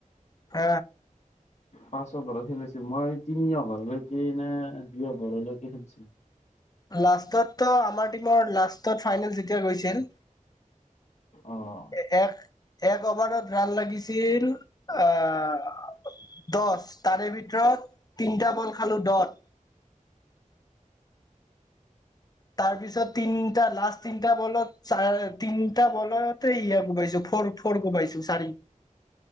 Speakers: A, on the left; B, on the left.
A: হ
B: হয় ভাৰ খেলিছিল মই তিনি অভাৰলৈকে নে দুই অভাৰলৈকে খেলিছিলো
A: লাষ্টতো আমাৰ টিমৰ লাষ্টত ফাইনেল যেতিয়া গৈছিল
B: আহ
A: এ- এক এক অভাৰত ৰাণ লাগিছিল আহ দহ তাৰে ভিতৰত তিনিটা বল খালো দট তাৰপিছত তিনটা লাষ্ট তিনটা বলত চ তিনটা বলতে ই কোবাইছো ফৰ ফৰ কোবাইছো চাৰি